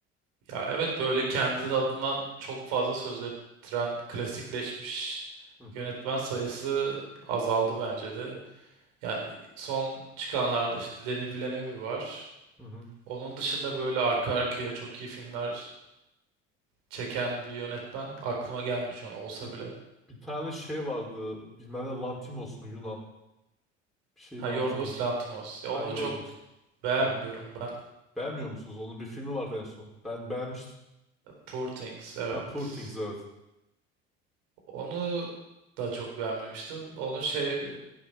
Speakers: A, on the right; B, in the centre.
A: Ya evet böyle kendinin adından çok fazla söz ettiren klasikleşmiş
B: Hı hı
A: yönetmen sayısı azaldı bence de. Yani son çıkanlarda işte Denis Villeneuve var.
B: hı hı.
A: Onun dışında böyle arka arkaya çok iyi filmler çeken bir yönetmen aklıma gelmiyor şu an olsa
B: Bir,
A: bile.
B: bir tane şey vardı. Bilmem ne Lantimos mu Yunan? Bir şey
A: Ha
B: Lantimos,
A: Yorgos Lanthimos. Ya onu
B: Ha Yorgos.
A: çok beğenmiyorum
B: Ha.
A: ben.
B: Beğenmiyor musunuz? Onun bir filmi vardı en son. Ben beğenmiştim.
A: Poor Things evet.
B: Ha Poor Things evet.
A: Onu da çok beğenmemiştim. Onun şey